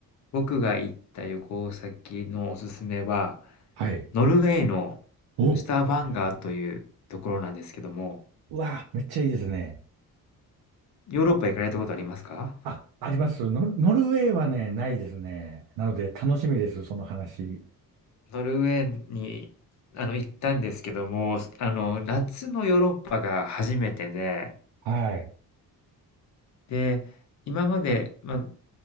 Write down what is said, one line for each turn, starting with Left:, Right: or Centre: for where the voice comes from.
Left: 僕が行った旅行先のおすすめは、
Right: はい。
Left: ノルウェーの
Right: お、
Left: スターバンガーというところなんですけども、
Right: うわあ、めっちゃいいですね。
Left: ヨーロッパ行かれたことありますか？
Right: あ、あります。ノル、ノルウェーはね、ないですね。なので楽しみです、その話。
Left: ノルウェーに、あの、行ったんですけども、あの、夏のヨーロッパが初めてで
Right: はい、
Left: で、今まで、ま、あん